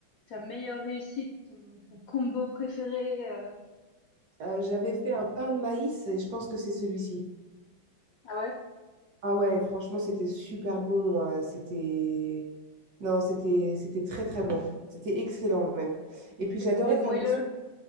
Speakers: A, on the left (about 80°); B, on the right (about 65°).
A: ta meilleure réussite, ton, ton combo préféré, euh,
B: euh,
A: ton...
B: j'avais fait un pain de maïs et je pense que c'est celui-ci.
A: Ah ouais?
B: Ah ouais, franchement, c'était super bon. euh, c'était... Non, c'était c'était très très bon. C'était excellent même. Et puis
A: C'était
B: j'adorais
A: moelleux.
B: faire mes soupes.